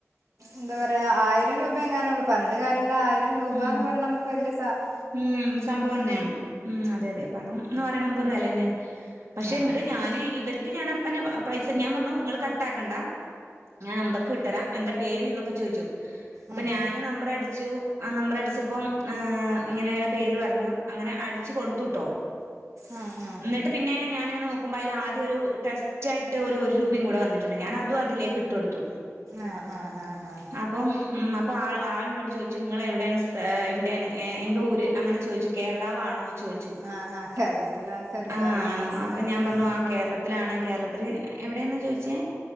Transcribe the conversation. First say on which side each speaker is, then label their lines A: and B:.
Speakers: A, on the right; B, on the right.
A: എന്താ പറയാ ആയിരം രൂപ എങ്ങാനും ഒള്ളു പറഞ്ഞിട്ട് കാര്യല്ല അ - യിരം രൂപാന്ന്
B: ഉം
A: പറിണെ റയ നമുക്ക് വല്ല്യ സ -
B: ഉം സംഭവം തന്നെയാണ്. ഉം അതെ അതെ പണം എന്ന് പറയണ നമുക്കൊരു വെല തന്നെയാണ്. പക്ഷെ
A: ആഹ്
B: എന്നിട്ട് ഞാന് ഇവർക്ക് ഞാൻ അപ്പന്നെ പൈസ ഞാൻ പർഞ്ഞു ങ്ങള് കട്ടാക്കണ്ട ഞാൻ നമ്പർക്ക് വിട്ടരാം. എന്ത പേര്ന്നൊക്കെ ചോയ്ച്ചു. അപ്പൊ
A: ഉം
B: ഞാന് നമ്പർ അടി ച്ചു. ആ നമ്പർ അടിച്ചപ്പം ഏഹ് ഇങ്ങനേണ് പേര് പർഞ്ഞു. അങ്ങനെ അടിച്ച് കൊടുത്തുട്ടോ.
A: ഉം ഉം ഉം
B: ന്നട്ട് പിന്നെ ഞാന് ങ്ങനെ നോക്കുമ്പോ അയില് ആദ്യം ഒരു ടെസ്റ്റായിട്ട് ഒരു ഒരൂപയും കൂടെ വന്നിട്ടുണ്ട്. ഞാന് അതും അതിലേക്ക് ഇട്ട് കൊടുത്തു.
A: ആഹ് ആഹ് ആഹ് ആഹ്
B: അപ്പം ഉം അപ്പോ ആ ആളിന്നോട് ചോയ്ച്ചു നിങ്ങളെ എവിടെയാണ് എവിടെയാണ് ഏ എങ്കെ ഊര് അങ്ങനെ- ചോയ്ച്ചു കേരളവ് ആണോ ചോയ്ച്ചു
A: ആഹ് ആഹ് കേരളത്തിലെ ആൾക്കാര്
B: ആ
A: ഉഷാറാന്ന്
B: ആണോ
A: മനസ്സിലായി
B: അപ്പ ഞാൻ പറഞ്ഞു ആ കേളത്തിലാണ്. കേരളത്തില് എവിടെന്ന ചോയ്ച്ചേ